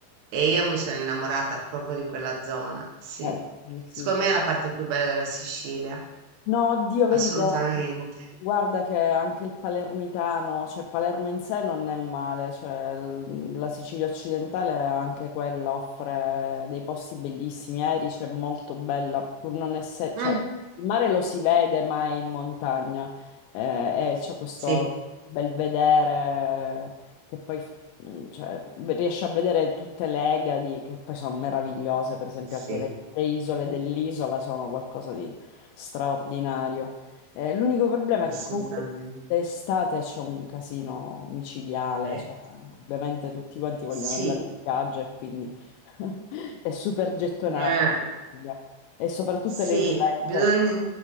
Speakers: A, on the right; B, on the left.
A: e io mi sono innamorata proprio di quella zona. Sì.
B: eh, sì, sì.
A: Secondo me è la parte più bella della Sicilia.
B: No, oddio, vedi
A: Assolutamente.
B: che guarda che anche il palermitano, cioè Palermo in sé non è male, cioè l- la Sicilia occidentale anche quella offre dei posti bellissimi, Erice è molto bella, pur non essere,
A: Mh.
B: cioè il mare lo si vede ma è in montagna eh, e c'è questo
A: Sì,
B: bel vedere eh, che poi Mm, cioè, beh, riesci a vedere tutte le Egadi che poi sono meravigliose, per esempio
A: sì,
B: anche le, le isole dell'isola sono qualcosa di straordinario. Eh, l'unico problema è
A: assolutamente.
B: che comunque d'estate c'è un casino micidiale,
A: Eh,
B: cioè, ovviamente tutti quanti vogliono
A: Sì,
B: andare in spiaggia e quindi <laughs> è super gettonata
A: eh,
B: la Sicilia. E soprattutto
A: sì,
B: le isolette,
A: bisogn